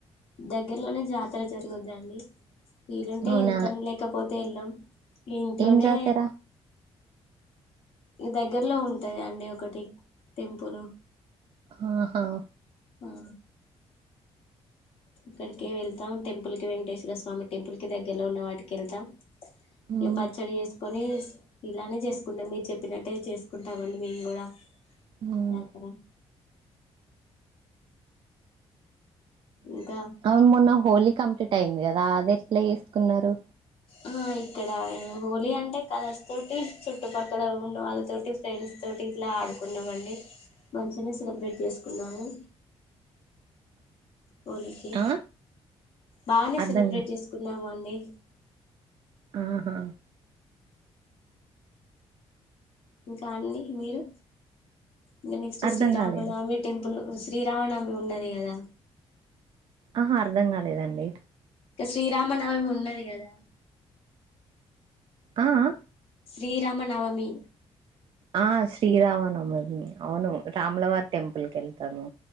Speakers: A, on the left; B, on the right.
A: దగ్గరలోనే జాతర జరుగుందండి వీలుంటే
B: అవునా
A: వెళ్తాం లేకపోతే బెల్లం ఈ ఇంట్లోనే
B: ఏం జాతర
A: ఇ దగ్గరలో ఉంటాయా అండి ఒకటి టెంపులు
B: ఆహా
A: ఆ అక్కడికి వెళ్తాం టెంపుల్ కి వెంకటేశ్వర స్వామి టెంపుల్ కి దగ్గరలో ఉన్న వాటికెళ్తా
B: మ్మ్
A: ఇ పచ్చడి చేసుకొని ఇలానే చేసుకుంటాం మీరు చెప్పినట్టే చేసుకుంటామండి మేము కూడా
B: మ్మ్
A: <unintelligible> ఇంకా
B: అ మొన్న హోలీ కంప్లీట్ అయింది కదా అది ఎట్లా చేసుకున్నారు
A: ఆ ఇక్కడ హోలీ అంటే కలర్స్ తోటి చుట్టుపక్కల ఉన్నవాళ్ళతోటి ఫ్రెండ్స్ తోటి ఇట్లా ఆడుకున్నామండి. మంచిగా సెలబ్రేట్ చేసుకున్నాము. హోలీకి
B: ఆ
A: బానే
B: అర్ధం
A: సెలబ్రేట్
B: కాలే
A: చేసుకున్నాము అండి
B: ఆహా
A: ఇంకా అండి మీరు ఇంక నెక్స్ట్
B: అర్ధం
A: శ్రీరామనమి
B: కాలేదు
A: టెంపుల్ శ్రీరామనమి ఉన్నది కదా
B: ఆహా అర్ధం కాలేదండి
A: ఇక శ్రీరామనవమి ఉన్నది కదా
B: ఆ ఆ
A: శ్రీరామనవమి
B: ఆ శ్రీరామనవమి అవును రాములవారి టెంపుల్ కెళ్ తను